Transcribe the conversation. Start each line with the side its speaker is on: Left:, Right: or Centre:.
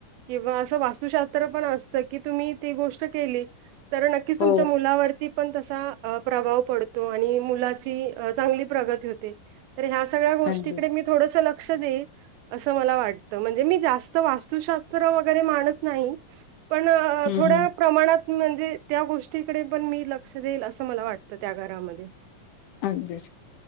Right: किंवा असं वास्तुशास्त्र पण असत की तुम्ही ती गोष्ट केली तर नक्कीच तुमच्या
Left: हो,
Right: मुलावरती पण तसा अ प्रभाव पडतो आणि मुलाची अ चांगली प्रगती होते. तर ह्या सगळ्या गोष्टीकडे
Left: अगदीच.
Right: मी थोडस लक्ष देईल असं मला वाटतं. म्हणजे मी जास्त तर वास्तुशास्त्र वगैरे मानत नाही, पण
Left: हं,
Right: थोडं
Left: हं.
Right: प्रमाणात म्हणजे त्या गोष्टीकडे पण मी लक्ष देईल असं मला वाटतं त्या घरामध्ये.
Left: अगदीच.